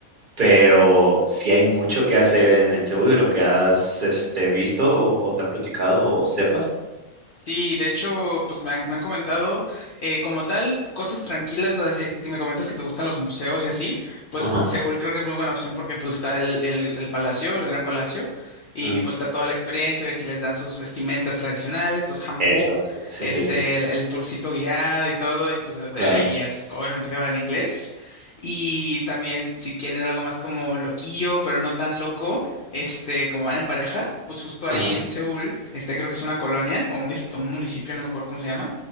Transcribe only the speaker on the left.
Sí, de hecho, pues me han, me han comentado eh, como tal cosas tranquilas, o sea, si te- me comentas que te gustan los museos y así, pues
Seúl creo que es muy buena opción porque pues está el, el, el palacio, el Gran Palacio, y
pues está toda la experiencia de que les dan sus vestimentas tradicionales, los hanbok,
este,
el, el tourcito guiado y todo, y pues a- de-
hay guías obviamente que hablan inglés. Y también si quieren algo más como loquillo, pero no tan loco este, como van en pareja, pues justo ahí
en Seúl, este creo que es una colonia o un, dist- un municipio, no me acuerdo cómo se llama,